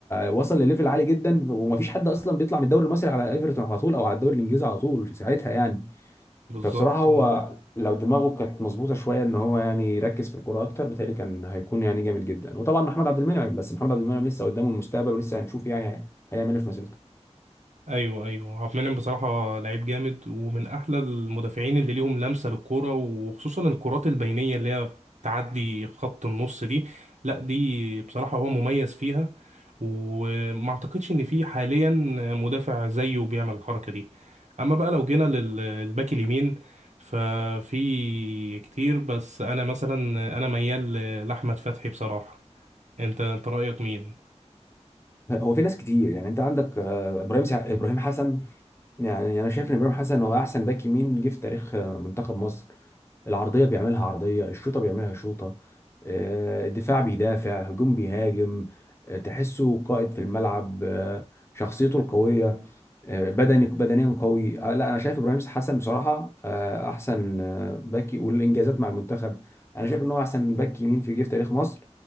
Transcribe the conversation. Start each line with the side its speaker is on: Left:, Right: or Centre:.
Left: فوصل لليفل عالي جدا وما فيش حد اصلا بيطلع من الدوري المصري على ايفرتون على طول او على الدوري الانجليزي على طول في ساعتها يعني
Right: بالظبط
Left: فبصراحة هو
Right: آه.
Left: لو دماغه كانت مظبوطة شوية ان هو يعني يركز في الكورة اكتر بتهيألي كان هيكون يعني جامد جدا وطبعا محمد عبد المنعم بس محمد عبد المنعم لسه قدامه المستقبل ولسه هنشوف يعني هيعمل ايه في مسيرته
Right: ايوه ايوه عبد المنعم بصراحه لعيب جامد ومن احلى المدافعين اللي ليهم لمسه للكوره وخصوصا الكرات البينيه اللي هي بتعدي خط النص دي لا دي بصراحه هو مميز فيها وما اعتقدش ان في حاليا مدافع زيه بيعمل الحركه دي اما بقى لو جينا للباك اليمين ففي كتير بس انا مثلا انا ميال لاحمد فتحي بصراحه انت انت رايك مين
Left: هو في ناس كتير يعني انت عندك آه، ابراهيم سع... ابراهيم حسن يعني انا شايف ان ابراهيم حسن هو احسن باك يمين جه في تاريخ آه، منتخب مصر العرضية بيعملها عرضية الشوطة بيعملها شوطة آه، الدفاع بيدافع هجوم بيهاجم آه، تحسه قائد في الملعب آه، شخصيته القوية آه، بدني بدنيا قوي آه، لا أنا شايف إبراهيم حسن بصراحة آه، أحسن آه، باك والإنجازات مع المنتخب أنا شايف إن هو أحسن باك يمين في جه في تاريخ مصر